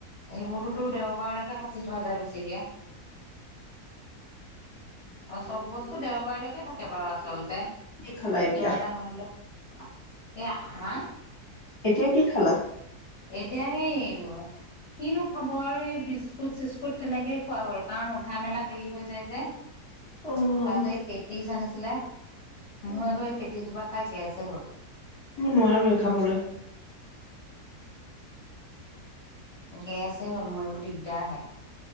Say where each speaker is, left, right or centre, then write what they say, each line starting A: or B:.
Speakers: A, on the left; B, on the left.
A: এইবোৰতো দেওবাৰেলৈকে চিটো মাজা বেছিকে আৰু চব বস্তু দেওবাৰলৈ থাকে বাৰু আচলতে। কিবা
B: কি খালা এতিয়া
A: এটা নোৱাৰিলো এয়া হা!
B: এতিয়া কি খালা?
A: এতিয়া এই কিনো খাব আৰু এই বিস্কুট চিস্কুট তেনেকেই খোৱা হ'ল কাৰণ উঠা মেলা দেৰি হৈ যায় যে তাৰ
B: অ উম
A: পছত পেট্ৰিছান আছে ছিলে। মই এবাৰ পিটিছো। বাাকা গ আছে হ
B: মই নোৱাৰো এ খাবলৈ।
A: উ গে আছে হ'ল মোৰ এইবোৰ দিগদাৰ হে